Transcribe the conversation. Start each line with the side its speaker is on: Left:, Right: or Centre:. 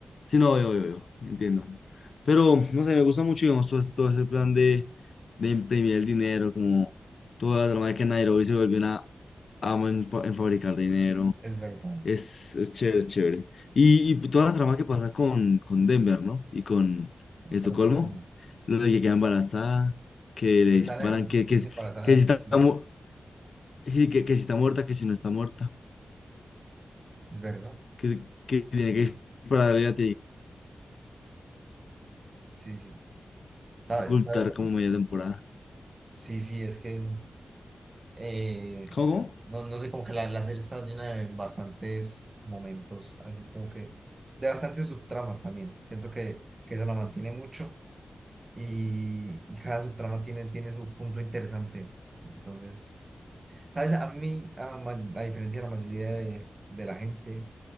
Left: Sí, no, yo, yo, yo, entiendo. Pero, no sé, me gusta mucho, digamos, todo, ese- todo ese plan de, de imprimir el dinero, como toda la trama de que Nairobi se volvió una ama en, fa- en fabricar dinero.
Right: es verdad.
Left: Es, es chévere, es chévere. Y, y toda la trama que pasa con, con Denver, ¿no? Y con Estocolmo,
Right: Con eso como,
Left: lo de que queda embarazada, que le
Right: están
Left: disparan,
Right: en-
Left: que, que,
Right: es embarazada
Left: que, si
Right: de-
Left: está,
Right: uy,
Left: mu- sí, que, que si está muerta, que si no está muerta,
Right: es verdad.
Left: que, que tiene que dispararle y la
Right: Sí, sí. ¿Sabes?
Left: ocultar
Right: ¿Sabes?
Left: como media temporada.
Right: Sí, sí, es que... Eh,
Left: ¿Cómo?
Right: no, no sé, como que la, la serie está llena de bastantes momentos, así como que de bastantes subtramas también. Siento que, que se la mantiene mucho y, y cada subtrama tiene, tiene su punto interesante. Entonces, ¿sabes? A mí, a, ma- a diferencia de la mayoría de, de la gente